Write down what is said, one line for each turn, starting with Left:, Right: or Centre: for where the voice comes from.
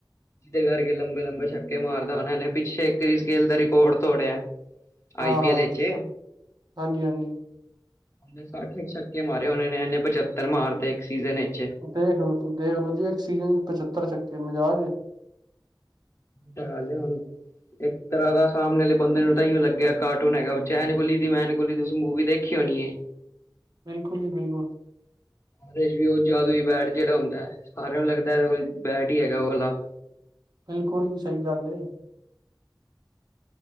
Left: ਜਿਹਦੇ ਕਰਕੇ ਲੰਬੇ- ਲੰਬੇ ਛੱਕੇ ਮਾਰਦਾ ਉਹਨਾਂ ਨੇ ਪਿੱਛੇ ਇੱਕ ਸਕੇਲ ਦਾ ਰਿਕਾਰਡ ਤੋੜਿਆ।
Right: ਹਾਂ-
Left: ਆਈ ਪੀ
Right: ਹਾਂ,
Left: ਐਲ ਵਿੱਚ।
Right: ਹਾਂਜੀ- ਹਾਂਜੀ।
Left: ਔਹਣੇ ਸੱਠ ਕ ਛੱਕੇ ਮਾਰੇ ਉਹਨਾਂ ਨੇ ਇਹਨੇ ਪਚੱਤਰ ਮਾਰ ਤੇ ਇੱਕ ਸੀਜ਼ਨ ਵਿਚ।
Right: ਦੇਖ ਲੋ- ਦੇਖ ਲੋ ਜੀ ਇੱਕ ਸੀਜਨ ਚ ਪੱਤਰ ਛੱਕੇ ਮਜਾਕੇ ਏ।
Left: ਓਹ ਤਾਂ ਗੱਲ ਏ ਹੂੰਣ। ਇੱਕ ਤਰਾਂ ਦਾ ਸਾਹਮਣੇ ਵਾਲੇ ਬੰਦੇ ਨੂੰ ਤਾਂ ਹੀ ਉਹ ਲੱਗਿਆ ਕਾਰਟੂਨ ਹੈਗਾ, ਉਹ ਚੈਨ ਕੋੋਲੀ ਦੀ ਮੈਂ ਕੋੋਲੀ ਤੁਸੀਂ ਮੂਵੀ ਦੇਖ ਵੇਖੀ ਹੋਣੀ ਏ।
Right: ਬਿਲਕੁਲ ਜੀ ਬਿਲਕੁਲ।
Left: ਓਦੇ ਚ ਵੀ ਉਹ ਜਦੂਈ ਬੈਟ ਜਿਹੜਾ ਹੁੰਦਾ ਹੈ, ਸਾਰਿਆਂ ਨੂੰ ਲੱਗਦਾ ਇਹਦੇ ਕੋਲ ਬੈਟ ਹੀ ਹੈਗਾ ਉਹ ਵਾਲਾ।
Right: ਬਿਲਕੁਲ ਜੀ ਸਹੀ ਗੱਲ ਏ।